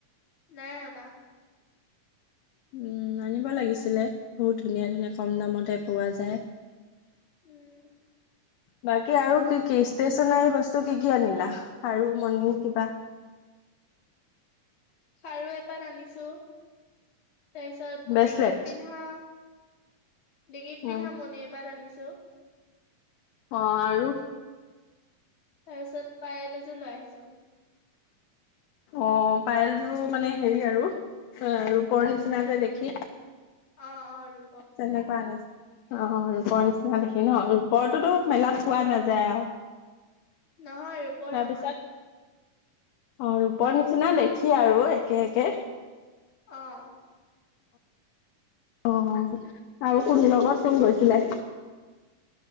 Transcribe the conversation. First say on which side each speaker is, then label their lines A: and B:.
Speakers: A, on the left; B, on the left.
A: নাই অনা।
B: উম আনিব লাগিছিলে বহুত ধুনীয়া ধুনীয়া কম দামতে পোৱা যায়।
A: উম।
B: বাকী আৰু কি কি ষ্টেচনাৰী বস্তু কি কি আনিলা আৰু মন কিবা
A: খাৰু এপাত আনিছো। তাৰ পিছত
B: ব্ৰেচলেট
A: ডিঙিত পিন্ধা ডিঙিত
B: উম।
A: পিন্ধা মণি এপাত আনিছো।
B: অ' আৰু
A: তাৰপিছত পায়েল লৈ আহিছো।
B: অ' পায়েলযোৰ মানে হেৰি আৰু অ' ৰূপৰ নিচিনা যে দেখি।
A: অ', অ' ৰু
B: তেনেকুৱা আনিছে। অ' ৰূপৰ
A: অ
B: নিচিনা দেখি ন বৰতোতো মেলাত পোৱা নাযায় আৰু।
A: নহয় ৰূপৰ
B: তাৰপিছত
A: নহয়।
B: অ' ৰূপৰ নিচিনা দেখি আৰু একে একে।
A: অ'।
B: অ' <unintelligible> আৰু কোন লগত কোন গৈছিলে?